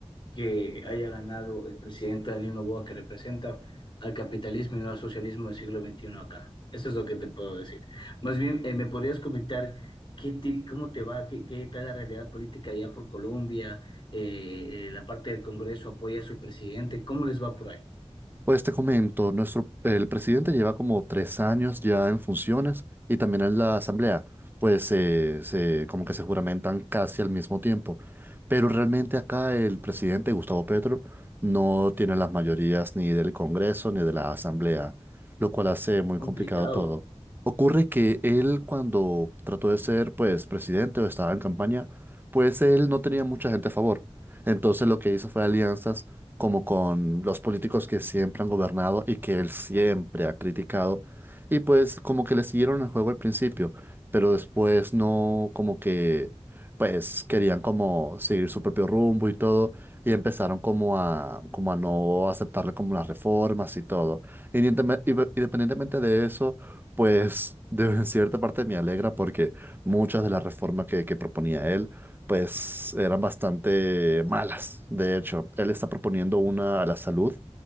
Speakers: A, on the left; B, on the right.
A: que haya ganado el presidente Daniel Noboa que representa al capitalismo y no al socialismo del siglo XXI acá. Eso es lo que te puedo decir. Más bien, eh, ¿me podrías comentar qué ti- cómo te va, qué, qué tal la realidad política allá por Colombia? Eh, eh, la parte del Congreso apoya a su presidente. ¿Cómo les va por ahí?
B: Pues te comento, nuestro, el presidente lleva como tres años ya en funciones y también en la asamblea, pues eh, se, como que se juramentan casi al mismo tiempo. Pero realmente acá el presidente Gustavo Petro no tiene las mayorías ni del Congreso ni de la asamblea, lo cual hace muy
A: Complicado.
B: complicado todo. Ocurre que él cuando trató de ser pues presidente o estaba en campaña, pues él no tenía mucha gente a favor. Entonces lo que hizo fue alianzas como con los políticos que siempre han gobernado y que él siempre ha criticado. Y pues como que le siguieron el juego al principio, pero después no como que pues querían como seguir su propio rumbo y todo y empezaron como a como a no aceptarle como las reformas y todo. Independenteme- inde- Independientemente de eso, pues <laughs> de en cierta parte me alegra porque muchas de las reformas que, que proponía él pues eran bastante malas. De hecho, él está proponiendo una a la salud